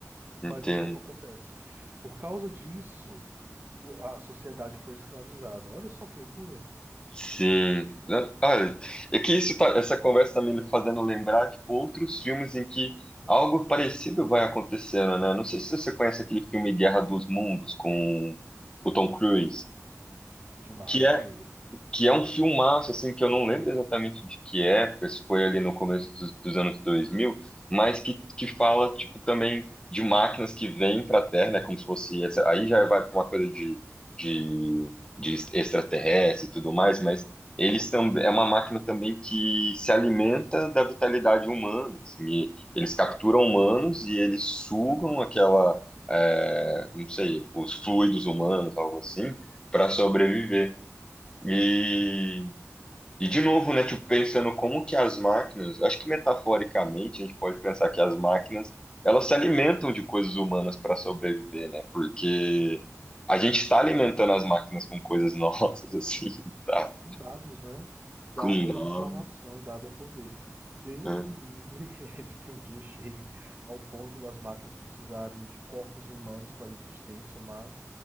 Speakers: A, on the left; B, on the right.
A: entendo.
B: Mas o que é que acontece? Por causa disso, o- a sociedade foi escravizada. Olha só que loucura.
A: Sim, né? Olha, é que isso tá, essa conversa tá me fazendo lembrar, tipo, outros filmes em que algo parecido vai acontecendo, né? Não sei se você conhece aquele filme Guerra dos Mundos com o Tom Cruise,
B: Demais,
A: que é
B: conheço.
A: que é um filmaço, assim, que eu não lembro exatamente de que época, se foi ali no começo dos, dos anos dois mil mas que, que fala, tipo, também de máquinas que vêm para a Terra, né, como se fosse, essa, aí já vai para uma coisa de, de, de extraterrestre e tudo mais, mas eles também, é uma máquina também que se alimenta da vitalidade humana, assim, e eles capturam humanos e eles sugam
B: Sim,
A: aquela, é, não sei, os fluidos humanos, algo assim, para sobreviver.
B: sim.
A: E, e de novo, né, tipo, pensando como que as máquinas, acho que metaforicamente a gente pode pensar que as máquinas, elas se alimentam de coisas humanas para sobreviver, né? Porque a gente está alimentando as máquinas com coisas nossas, <laughs> assim, tá?
B: Com dados, né? Dado
A: Com
B: é
A: nome,
B: informação, dado é poder. Deus
A: né?
B: me livre <laughs> de que o dia chegue ao ponto das máquinas precisarem de corpos humanos para a existência, mas